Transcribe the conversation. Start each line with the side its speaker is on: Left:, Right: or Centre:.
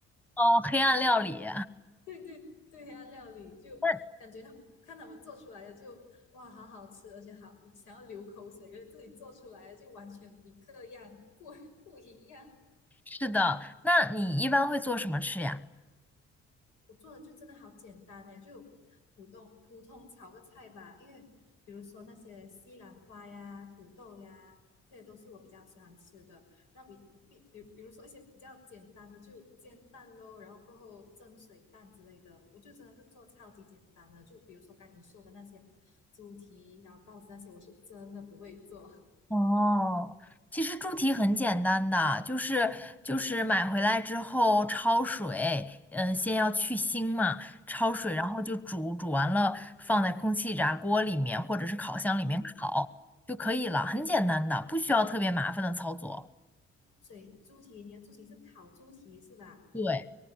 Centre: 哦，黑暗料理，
Left: <laughs> 对对对，黑暗料理就感觉他们看他们做出来的就哇好好吃，
Centre: 那
Left: 而且好想要流口水，可是自己做出来的就完全一个样，不不一样。
Centre: 是的。那你一般会做什么吃呀？
Left: 我做的就真的好简单诶，就普通普通炒个菜吧。因为比如说那些西兰花呀、土豆呀，这些都是我比较喜欢吃的。那比比比比，比如说一些比较简单的，就煎蛋咯，然后过后蒸水蛋之类的，我就真的是做超级简单的。就比如说刚才你说的那些猪蹄，然后包子那些，我是真的不会做。
Centre: 哦，其实猪蹄很简单的，就是就是买回来之后焯水，嗯，先要去腥嘛，焯水，
Left: <laughs> 对对对，
Centre: 然后就煮，煮完了放在空气炸锅里面或者是烤箱里面烤就可以了，
Left: 哦，
Centre: 很简单的，不需要特别麻烦的操作。
Left: 所以猪蹄，你的猪蹄是烤猪蹄是吧？
Centre: 对，